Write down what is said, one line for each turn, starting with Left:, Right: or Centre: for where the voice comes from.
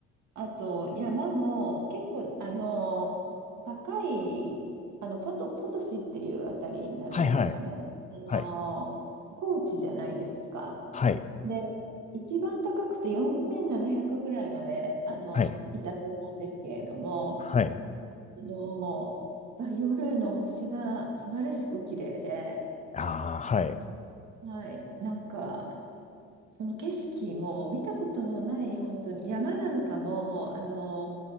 Right: あと、山も結構、あの、高い、あの、ポト、ポトシっていうあたりになるんですかね。
Left: はい。
Right: あの、
Left: はい。
Right: 高地じゃないですか。
Left: はい。
Right: で、一番高くて4700ぐらいまで、あの、
Left: はい。はい。
Right: いたと思うんですけれども、
Left: はい。
Right: あの、あ夜の星が素晴らしく綺麗で、
Left: ああ、はい。
Right: はい、なんか、その景色も見たことのない本当に山なんかもあの